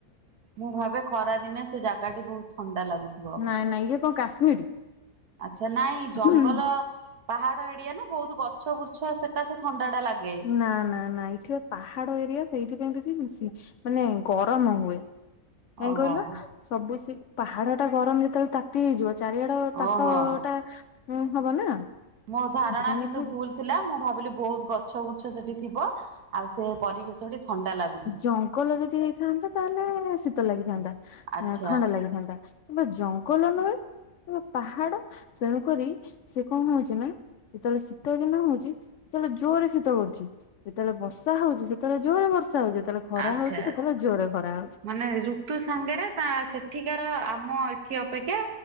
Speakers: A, on the right; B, on the left.
A: ମୁଁ ଭାବେ ଖରା ଦିନେ ସେ ଜାଗାଟି ବହୁତ ଥଣ୍ଡା ଲାଗୁଛି। ଥୁଅ
B: ନାଇଁ ନାଇଁ ଇଏ କଣ କାଶ୍ମୀର
A: ଆଛା ନାଇଁ ଜଙ୍ଗଲ।
B: ହୁଁ।
A: ପାହାଡ ଏଡିଆ ନା ବହୁତ ଗଛ ବୄଛ ସେକା ସେ ଥଣ୍ଡା ଟା ଲାଗେ।
B: ନା ନା ନା ଏଠି ପାହାଡ ଏରିଆ ସେଇଥିପାଇଁ ବେଶୀ ମିସି ମାନେ ଗରମ ହୁଏ। କାଇଁ
A: ଓହୋ
B: କହିଲ ସବୁ ସେ ପାହାଡ ଟା ଗରମ ଯେତେବେଳେ ତାତି ହେଇଯିବ। ଚାରିଆଡ ତାତ
A: ଓହୋ।
B: ଟା ହବ ନା।
A: ମୋ ଧାରଣା
B: ସେଥିପାଇଁ
A: କିନ୍ତୁ
B: ଏଠି
A: ଭୁଲ୍ ଥିଲା ମୁଁ ଭାବିଲି ବହୁତ ଗଛ ବୄଛ ସେଠି ଥିବ ଆଉ ସେ ପରିବେଶଠି ଥଣ୍ଡା ଲାଗୁ
B: ଜଙ୍ଗଲ ଯଦି ହେଇଥାନ୍ତା ତାହେଲେ ଶୀତ ଲାଗିଥାନ୍ତା
A: ଆଚ୍ଛା।
B: ଥଣ୍ଡା ଲାଗିଥାନ୍ତା। କିମ୍ବା ଜଙ୍ଗଲ ନୁହେଁ କିମ୍ବା ପାହାଡ ତେଣୁକରି ସେ କଣ ହଉଛି ନା। ଯେତେବେଳେ ଶୀତ ଦିନ ହଉଛି ସେତେବେଳେ ଜୋରରେ ଶୀତ କରୁଛି। ଯେତେବେଳେ ବର୍ଷା ହଉଛି ସେତେବେଳେ ଜୋରେ ବର୍ଷା ହଉଛି ଯେତେବେଳେ ଖରା
A: ଆଚ୍ଛା
B: ହଉଛି ସେତେବେଳେ ଜୋରେ ଖରା ହଉଛି।
A: ମାନେ ଏଇ ଯୋଉ ତୁ ସାଙ୍ଗରେ ତା ସେଠିକାର ଆମ ଏଠି ଅପେକ୍ଷା